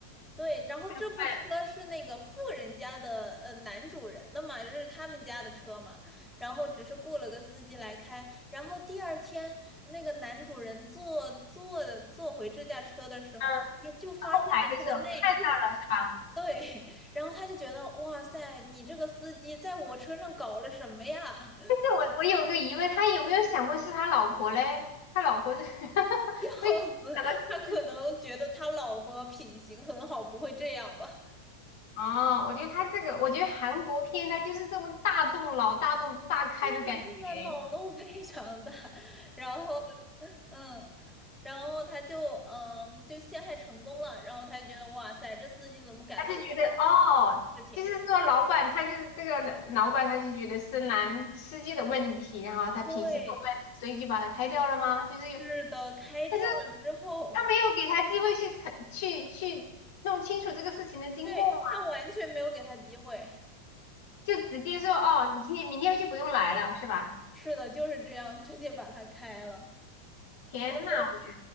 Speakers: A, in the centre; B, on the left.
A: 对，然后这部车是那个富人家的呃男主人的嘛，
B: 太坏了。
A: 这是他们家的车嘛，然后只是雇了个司机来开，然后第二天那个男主人坐坐坐回这架车的时候，
B: 嗯，
A: 他就发现了这个内裤，
B: 后排的时候看到了是吧？
A: 对，<laughs> 然后他就觉得哇塞，你这个司机在我车上搞了什么呀？
B: 但是我我有个疑问，他有没有想过是他老婆嘞？他老婆是 <laughs>
A: <laughs> 笑死，
B: 为什么想到是？
A: 他可能觉得他老婆品行很好，不会这样吧？
B: 哦，我觉得他这个，我觉得韩国片他就是这么大动脑、大动大开的感觉。
A: 对呀，这个脑洞非常大。<laughs> 然后，嗯，然后他就嗯就陷害成功了。然后他就觉得哇塞，这司机怎么敢在我车上做
B: 他就觉得哦，
A: 事情？
B: 就是说老板他就是这个老板他就觉得是男司机的问题，然后他品行有问题，
A: 对，
B: 所以就把他开掉了吗？就是有，
A: 是的，开掉了之后，
B: 但是他没有给他机会去澄去去弄清楚这个事情的经过吗？
A: 对，他完全没有给他机会。
B: 就直接说哦，你今天明天就不用来了，是吧？
A: 是的，就是这样，直接把他开了。
B: 天呐，
A: 然后。
B: 我